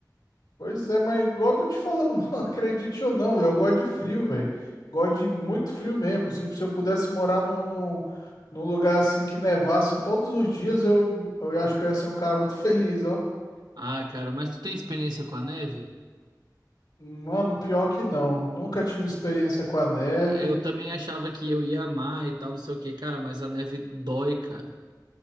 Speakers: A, on the left; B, on the right.
A: Pois é, mas igual eu tô te falando, <laughs> mano, acredite ou não, velho, eu gosto de frio, velho. Gosto de muito frio mesmo. Se, se eu pudesse morar num, num, num lugar assim que nevasse todos os dias, eu, eu acho que eu ia ser um cara muito <laughs> feliz, ó.
B: Ah, cara, mas tu tem experiência com a neve?
A: Mano, pior que não. Nunca tive experiência com a neve.
B: Eu também achava que eu ia amar e tal, não sei o que, cara, mas a neve dói, cara.